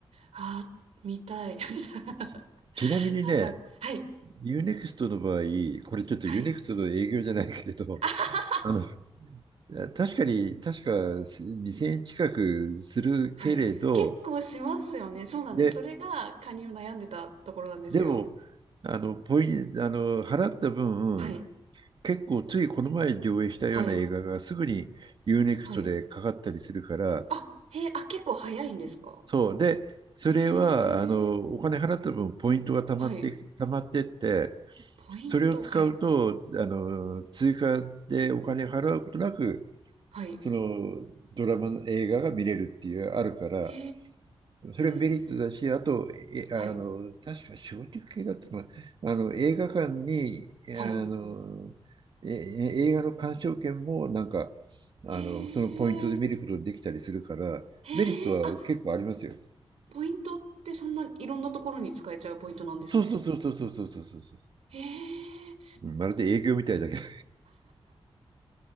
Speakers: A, on the right; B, on the right.
A: あ、見たい。<laughs> みたいな。
B: ちちなみにね、
A: なんか、はい。
B: ユーネクストの場合、これちょっとユーネクストの営業じゃないけれど、
A: はい。<laughs>
B: あのいや確かに、確かす2000円近くするけれど、
A: はい。結構しますよね。そうなんです。
B: で、
A: それが加入悩んでたところなんですよ。
B: でも、あの、ポイン、あの、払った分、
A: はい。
B: 結構ついこの前上映したような映画がすぐに
A: はい。
B: U-NEXT
A: はい。
B: でかかったりするから、
A: あ、へえ、あ、結構早いんですか
B: そう。で、それは、
A: へ
B: あの、
A: え。
B: お金払った分、ポイントが溜まって、
A: はい。
B: 溜まってって、
A: ポイント。
B: それを使うと、
A: はい。
B: あの、追加でお金払うことなく、
A: はい。
B: そのドラマの映画が見れるっていう、あるから、
A: へ
B: それメリットだし、
A: え。
B: あと、え、あの、
A: はい。
B: 確か小食系だったかな。あの、映画館に、あの、
A: はい。
B: え、映画の鑑賞券もなんか、あの、
A: へえ。
B: そのポイントで見ることができたりするから、
A: へえ。
B: メリットは結構ありますよ。
A: あ、ポイントってそんないろんなところに使えちゃうポイントなんですね。
B: そうそうそうそうそうそうそうそうそう。
A: へえ。
B: うんまるで営業みたいだけど。